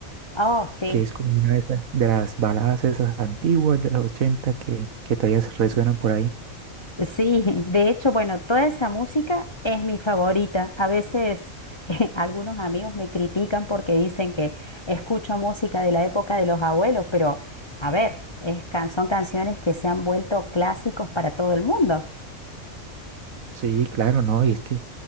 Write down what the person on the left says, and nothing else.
Oh, sí.
Sí, de hecho, bueno, toda esa música es mi favorita. A veces <laughs> algunos amigos me critican porque dicen que escucho música de la época de los abuelos, pero a ver, es can- son canciones que se han vuelto clásicos para todo el mundo.